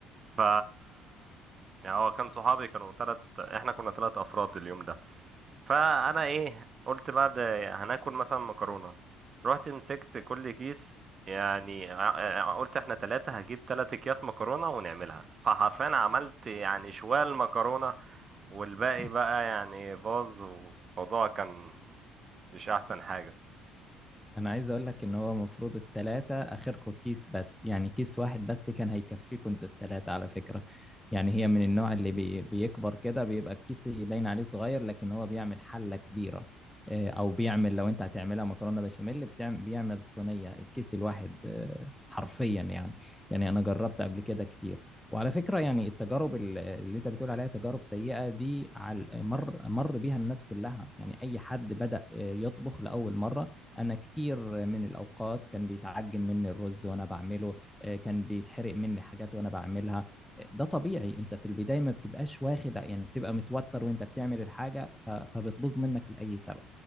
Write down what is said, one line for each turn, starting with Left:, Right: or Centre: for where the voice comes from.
Right: ف يعني هو كان صحابي كانوا تلت احنا كنا تلت افراد اليوم ده فانا ايه قلت بعد هناكل مثلا مكرونه رحت مسكت كل كيس يعني ع- ع- قلت احنا ثلاثة هجيب ثلاثة اكياس مكرونة ونعملها فحرفيا عملت يعني شوال مكرونة والباقي
Centre: <laughs>
Right: بقى يعني باظ والموضوع كان مش احسن حاجة
Centre: انا عايز اقول لك ان هو المفروض التلاتة اخركم كيس بس يعني كيس واحد بس كان هيكفيكم انتوا التلاتة على فكرة يعني هي من النوع اللي بي بيكبر كده بيبقى الكيس يبين عليه صغير لكن هو بيعمل حلة كبيرة آه، او بيعمل لو انت هتعملها مكرونة بشاميل بتعمل بيعمل صينية الكيس الواحد آه، حرفيا يعني يعني انا جربت قبل كده كتير وعلى فكرة يعني التجارب ال- اللي انت بتقول عليها تجارب سيئة دي على مر مر بيها الناس كلها يعني اي حد بدأ آه، يطبخ لأول مرة انا كتير من الاوقات كان بيتعجن مني الرز وانا بعمله آه، كان بيتحرق مني حاجات وانا بعملها آه، ده طبيعي انت في البدايه ما بتبقاش واخد يعني بتبقى متوتر وانت بتعمل الحاجه ف- فبتبوظ منك لاي سبب